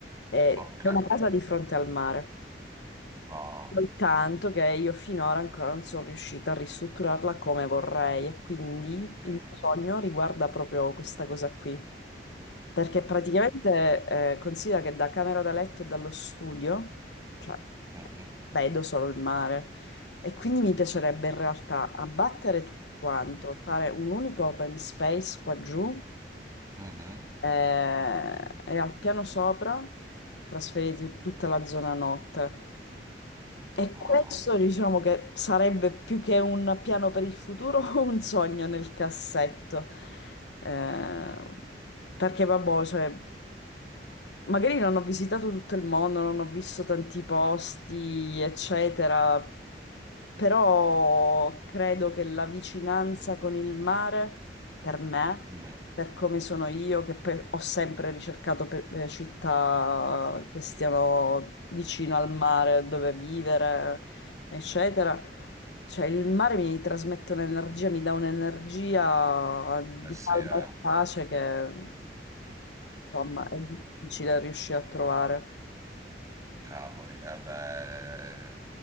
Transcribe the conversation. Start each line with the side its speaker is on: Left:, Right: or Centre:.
Left: eh,
Right: Ok.
Left: è una casa di fronte al mare.
Right: Ah,
Left: Soltanto che io finora ancora non sono riuscita a ristrutturarla come vorrei e quindi
Right: mm,
Left: il mio sogno riguarda proprio questa cosa qui. Perché praticamente eh, considera che da camera da letto e dallo studio, cioè,
Right: mhm,
Left: vedo solo il mare. E quindi mi piacerebbe in realtà abbattere tutto quanto, fare un unico open space qua giù
Right: mhm,
Left: eh, e al piano sopra trasferire tutta la zona notte. E
Right: ah,
Left: questo diciamo che sarebbe più che un piano per il futuro, <laughs> un sogno nel cassetto. Eh, perché vabbè, cioè, magari non ho visitato tutto il mondo, non ho visto tanti posti, eccetera, però credo che la vicinanza con il mare, per me,
Right: mhm.
Left: per come sono io, che poi ho sempre ricercato pe- eh, città che stiano vicino al mare, dove vivere, eccetera. Cioè, il mare mi trasmette un'energia, mi dà un'energia di
Right: Eh sì,
Left: calma
Right: eh.
Left: e pace che Insomma, è difficile riuscire a trovare.
Right: Cavoli, eh beh,